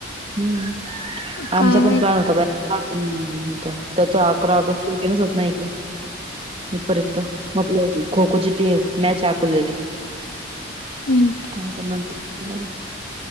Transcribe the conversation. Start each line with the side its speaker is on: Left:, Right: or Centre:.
Right: हम्मं आमचां
Left: काय
Right: पणं
Left: माहित
Right: प्लॅन होतां बाई हम्मं त्यांचं अकरा ऑगस्ट रेनचं होतं नां इकडं हेपर्यंत मंग खो खोची टी मॅच आकवलेली
Left: हम्मं
Right: हं नंतर